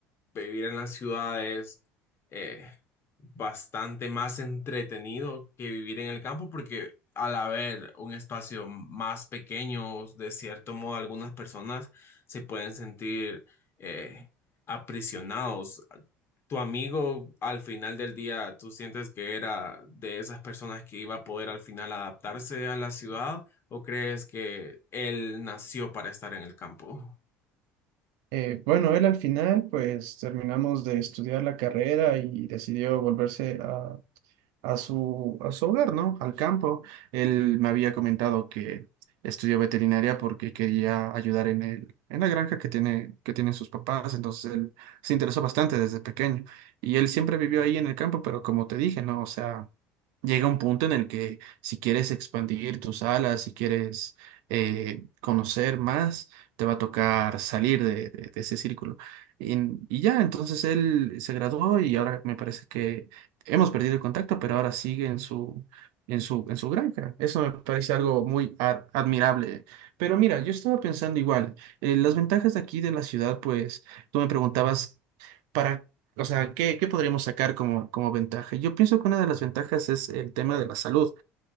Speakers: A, on the left; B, on the right.
A: vivir en las ciudades es eh, bastante más entretenido que vivir en el campo porque al haber un espacio más pequeño, de cierto modo, algunas personas se pueden sentir eh, aprisionados tu amigo al final del día, ¿tú sientes que era de esas personas que iba a poder al final adaptarse a la ciudad o crees que él nació para estar en el campo?
B: Eh, bueno, él al final pues terminamos de estudiar la carrera y decidió volverse a su, a su hogar, ¿no? Al campo. Él me había comentado que estudió veterinaria porque quería ayudar en el, en la granja que tiene, que tienen sus papás, entonces él se interesó bastante desde pequeño. Y él siempre vivió ahí en el campo, pero como te dije, ¿no? O sea llega un punto en el que si quieres expandir tus alas, si quieres eh, conocer más, te va a tocar salir de, de- de ese círculo. Y, y ya, entonces él se graduó y ahora me parece que hemos perdido el contacto, pero ahora sigue en su, en su, en su granja. Eso me parece algo muy ad- admirable. Pero mira, yo estaba pensando igual, eh, las ventajas de aquí de la ciudad, pues tú me preguntabas... ¿Para o sea, ¿qué, qué podríamos sacar como, como ventaja? Yo pienso que una de las ventajas es el tema de la salud.